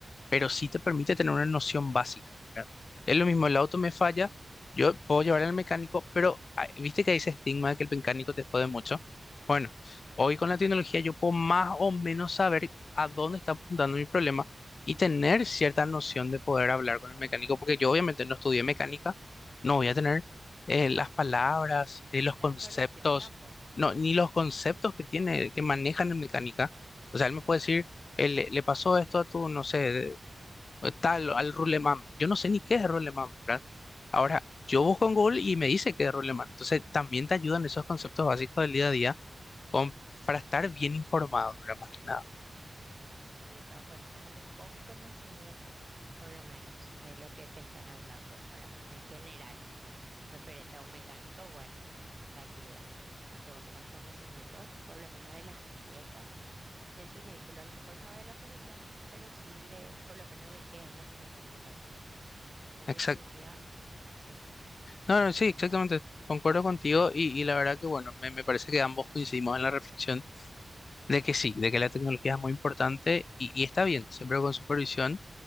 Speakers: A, on the left; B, on the right.
A: pero sí te permite tener una noción básica, ¿verdad? Es lo mismo, el auto me falla,
B: Pero,
A: yo puedo llevar al mecánico, pero ah, viste que hay ese estigma de que el mecánico te jode mucho. Bueno, hoy
B: eh,
A: con la tecnología yo puedo más o menos saber a dónde está apuntando mi problema y tener cierta noción de poder hablar con el mecánico, porque yo obviamente no estudié mecánica, no voy a tener eh, las palabras, eh, los
B: la
A: conceptos,
B: solución tampoco.
A: no,
B: Sí,
A: ni los conceptos que tiene, que manejan en mecánica. O sea, él me puede decir eh, le, le pasó esto a tu, no sé, tal, al Ruleman. Yo no sé ni qué es Ruleman, ¿verdad? Ahora, yo busco en Google y me dice qué es Ruleman. Entonces, también te ayudan
B: claro.
A: esos conceptos básicos del día a día con- para estar bien informado, ¿verdad? Más que nada.
B: Sí, para poder manejarte con conocimiento, por lo menos, de lo que te están hablando, ¿verdad? En general, referente a un mecánico, bueno, te ayuda a que vos tengas conocimiento, por lo menos de las piezas de tu vehículo, a lo mejor no de la solución, pero sí de, por lo menos de qué es lo que se está tratando. En
A: Exacto.
B: definitiva, sí,
A: No, no, sí, exactamente.
B: es así
A: Concuerdo contigo y, y la verdad que, bueno, me, me parece que ambos coincidimos en la reflexión de que sí, de que la tecnología es muy importante y, y está bien, siempre con supervisión